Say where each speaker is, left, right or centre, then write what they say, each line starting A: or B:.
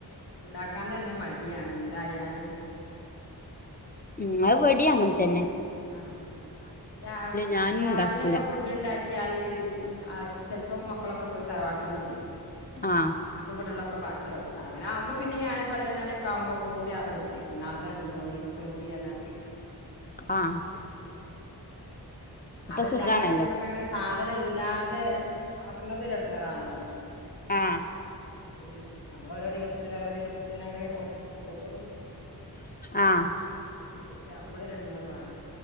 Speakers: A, on the left; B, on the left.
A: ഇണ്ടാക്കാൻ തന്നെ മടിയാണ് എന്തായാലു.
B: ഉം, അത് ഇവ്ടിയെ അങ്ങൻതന്നെ.
A: ആഹ് രാവി
B: ഞാനും
A: രാവിലൊക്കെ
B: ഇണ്ടാക്കൂല
A: ഫുഡ് ഉണ്ടാക്കി ക്കിയാല് ആ ചെലപ്പം മക്കളൊക്കെ പോയി തറവാട്ടന്ന് തിന്നും.
B: ആഹ്
A: അപ്പം ഇവിടെള്ളൊക്കെ ബാക്കിആവും. അങ്ങനെ ആവുമ്പോ പിന്ന ഞാനൊരു പതിനൊന്നണി ഒക്കെ ആവുമ്പോക്കകൂടി ആണ്ട് കൊടുത്തേ ക്കു നാട്ന്ന തിന്നോളി ഇവിടത്തം കൂടിഅർഞ്ഞാത്
B: ആഹ് അപ്പൊ
A: അതല്ലാഞ്ഞ
B: സുഖാണല്ലോ
A: പിന്നെ നമ്മക്ക് അങ്ങനെ സാധനം ഇല്ലാതെ ആക്കണത് ഒര് എട് റാണല്ലെ.
B: ആഹ്
A: അപ്പ പിന്നെ നമ്മള ഓരോ ദിവസത്തിന ഓരോ ദിവസത് ത്തിന് അങ്ങനെ ഒപ്പിച്ച് പോകുമ്പോ പിന്നെ
B: ആഹ്
A: ഇരുട്ടാകുമ്പൊഴ് ഒര് എടങ്ങേറുആണ്.